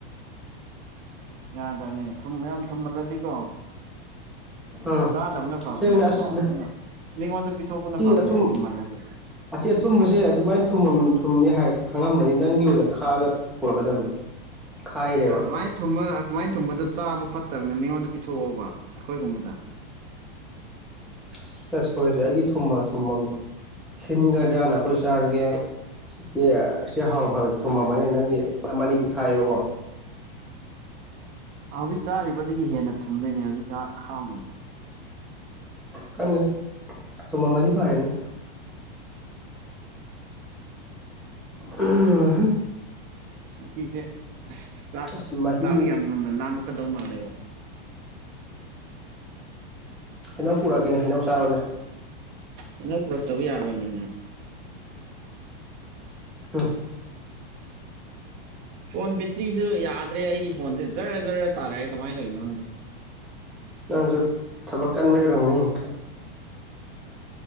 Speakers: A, on the right; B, in the centre.
A: ꯌꯥꯗꯕꯅꯦ ꯊꯨꯝ ꯌꯥꯝ ꯊꯨꯝꯍꯜꯂꯗꯤꯀꯣ
B: ꯎꯝ
A: ꯆꯥꯗꯕꯅ ꯐꯕꯅꯦꯕꯀꯣ
B: ꯁꯦꯝꯅ ꯑꯁ
A: ꯑꯗꯨꯅ ꯃꯤꯉꯣꯟꯗ ꯄꯤꯊꯣꯛꯄꯅ
B: ꯁꯤ
A: ꯐꯕꯅꯦ
B: ꯑꯊꯨꯝ
A: ꯊꯨꯝꯍꯜꯂꯗꯤ
B: ꯑꯁꯤ ꯑꯊꯨꯝꯕꯁꯦ ꯑꯗꯨꯃꯥꯏꯅ ꯊꯨꯝꯅꯤ ꯍꯥꯏꯔꯛ ꯈꯪꯉꯃꯅꯤ ꯅꯪꯒꯤ ꯑꯣꯏꯅ ꯈꯥꯒ ꯄꯨꯔꯛꯀꯗꯕꯅꯤ ꯈꯥꯏꯔꯦꯕ
A: ꯑꯗꯨꯥꯏ ꯊꯨꯝꯃꯒꯥ ꯑꯗꯨꯃꯥꯏꯅ ꯊꯨꯝꯕꯗ ꯆꯥꯕ ꯐꯠꯇꯕꯅꯤ ꯃꯤꯉꯣꯟꯗ ꯄꯤꯊꯣꯛꯑꯣꯕ ꯑꯩꯈꯣꯏꯒꯨꯝꯕꯗ
B: ꯑꯁ ꯑꯁ ꯁꯣꯏꯔꯦ ꯑꯩꯗꯤ ꯊꯨꯝꯃ ꯊꯨꯝꯃꯅꯤ ꯁꯤꯟꯒ꯭ꯔꯅ ꯑꯩꯈꯣꯏ ꯆꯥꯔꯒꯦ ꯁꯤ ꯁꯤ ꯍꯥꯎꯦ ꯍꯥꯎꯦ ꯊꯨꯝꯃꯝꯕꯅꯤ ꯅꯪꯒꯤ ꯑꯅꯤꯗꯤ ꯈꯥꯏꯌꯦꯕꯀꯣ
A: ꯍꯧꯖꯤꯛ ꯆꯥꯔꯤꯕꯗꯒꯤ ꯍꯦꯟꯅ ꯊꯨꯝꯗꯣꯏꯅꯦ ꯍꯧꯖꯤꯛ ꯈꯥꯉꯩꯗꯣ
B: ꯀꯪꯒ ꯇ ꯃꯃꯥꯗꯤ ꯐꯥꯔꯦꯅꯦ ꯑ <unintelligible> <inaudible>
A: ꯉꯁꯦ ꯆꯥꯛ
B: ꯑꯁ ꯃꯍꯤ
A: ꯆꯥꯛ ꯌꯥꯝ ꯉꯅ ꯂꯥꯝꯂꯀꯗꯧ ꯃꯥꯜꯂꯦꯕꯣ
B: ꯍꯩꯅꯧ ꯄꯨꯔꯛꯀꯦꯅꯦ ꯍꯩꯅꯧ ꯆꯥꯔꯨꯅꯦ
A: ꯑꯩꯅ ꯄꯨꯔꯛꯇꯕ ꯌꯥꯔꯣꯏꯅꯤꯅ
B: ꯑꯝ <inaudible>
A: ꯐꯣꯟ ꯕꯦꯇ꯭ꯔꯤꯁꯨ ꯌꯥꯗ꯭ꯔꯦ ꯑꯩꯒꯤ ꯐꯣꯟꯁꯦ ꯖꯔ ꯖꯔ ꯇꯥꯔꯛꯑꯦ ꯀꯃꯥꯏꯅ ꯇꯧꯔꯤꯅꯣ ꯈꯪꯗꯦ
B: ꯅꯪꯁꯨ ꯊꯕꯛ ꯀꯟꯕ ꯌꯔꯝꯅꯤ <inaudible>